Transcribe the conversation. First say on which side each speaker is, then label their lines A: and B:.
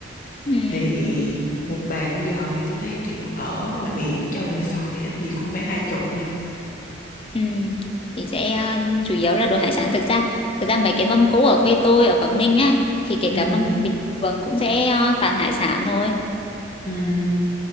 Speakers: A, on the left; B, on the left.
A: Ừm,
B: thì một bàn bây giờ thì tôi thấy kiểu ở ngoài biển cho resort thì ít gì cũng phải hai chục nha
A: ừm. thì sẽ ờ, chủ yếu là đồ hải sản thực ra thực ra mấy cái mâm cỗ ở quê tôi ở Quảng Ninh á thì kể
B: ừ
A: cả mâm bình thường cũng sẽ ờ, toàn hải sản thôi
B: ừ